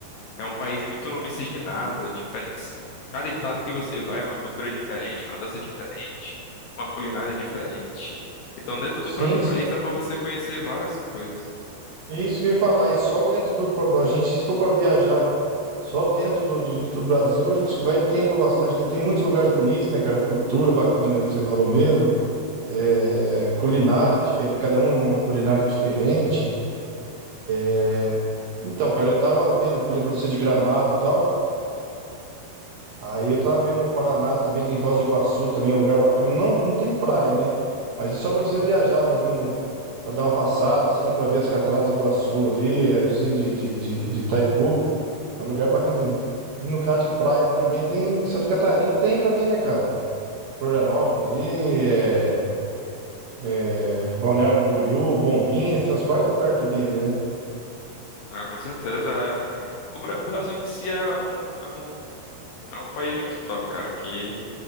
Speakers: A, on the left; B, on the right.
A: é um país muito miscigenado, é diferentes. Cada estado que você vai é uma cultura diferente, uma dança diferente, uma culinária diferente. Então, dentro
B: Sim.
A: do próprio país dá para você conhecer várias coisas.
B: Isso que eu ia falar, e só dentro do. A gente, se for para viajar só dentro do, de- do Brasil, eu já acho que vai tempo bastante, porque tem muitos lugares bonitos, né, cara? Cultura bacana, isso que você falou mesmo. É, culinária diferente, cada um uma culinária diferente. É, Então, cara, eu tava vendo, eu falei pra você de Gramado e tal. Aí eu tava vendo o Paraná também, tem Foz do Iguaçu também, é um lugar bacana. Não, não tem praia, né? Mas é só pra você viajar, mais ou menos, pra dar uma passada, assim, pra ver as cataratas do Iguaçu ali, a usina de, de, de, de Itaipu. É um lugar bacana também. E no caso de praia também tem. Santa Catarina tem também, né, cara? Florianópolis ali, é, é, Balneário Camboriú, Bombinhas, tem uns par de lugar também ali, né?
A: né? com certeza. é. O, Bra- o Brasil em si é é um, é um, é um país muito top, cara. Que